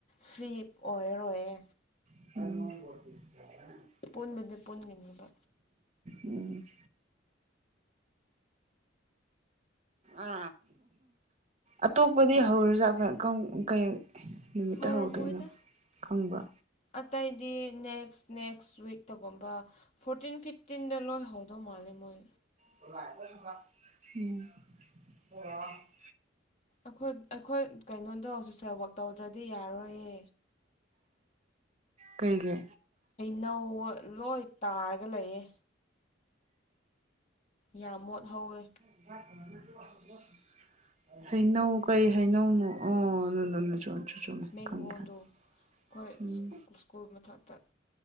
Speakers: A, on the left; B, on the right.
A: ꯐ꯭ꯔꯤ ꯑꯣꯏꯔꯣꯏꯌꯦ
B: <unintelligible>
A: ꯄꯨꯟꯕꯗꯤ ꯄꯨꯟꯒꯅꯦꯕ
B: ꯎꯝ ꯑ ꯑꯇꯣꯞꯄꯗꯤ ꯍꯧꯔꯖ ꯀꯩ ꯅꯨꯃꯤꯠꯇ
A: ꯍꯧꯔꯝꯃꯣꯏꯗ
B: ꯍꯧꯗꯣꯏꯅꯣ ꯈꯪꯕ꯭ꯔꯥ
A: ꯑꯇꯩꯗꯤ ꯅꯦꯛꯁ ꯅꯦꯛꯁ ꯋꯤꯛꯇꯒꯨꯝꯕ ꯐꯣꯔꯇꯤꯟ ꯐꯤꯞ ꯇꯤꯟꯗ ꯂꯣꯏꯍꯗꯧ ꯃꯥꯜꯂꯦ ꯃꯣꯏ
B: <unintelligible>
A: ꯑꯩꯈꯣꯏ ꯑꯩꯈꯣꯏ ꯀꯩꯅꯣꯗꯣ ꯁꯣꯁꯦꯜ ꯋꯔꯛ ꯇꯧꯗ꯭ꯔꯗꯤ ꯌꯥꯔꯣꯏꯌꯦ
B: ꯀꯩꯒꯤ
A: ꯅ ꯂꯣꯏ ꯇꯥꯔꯒ ꯂꯩꯌꯦ ꯌꯥꯝ ꯃꯣꯠꯍꯧꯋꯦ
B: <unintelligible> ꯍꯩꯅꯧ ꯀꯩ ꯍꯩꯅꯧ ꯑꯣ <inaudible>
A: ꯃꯦꯡꯒꯣꯟꯗꯣ
B: ꯈꯪꯉꯦ ꯈꯪꯉꯦ
A: ꯑꯩꯈꯣꯏ
B: ꯎꯝ
A: ꯁ꯭ꯀꯨꯜ ꯃꯊꯛꯇ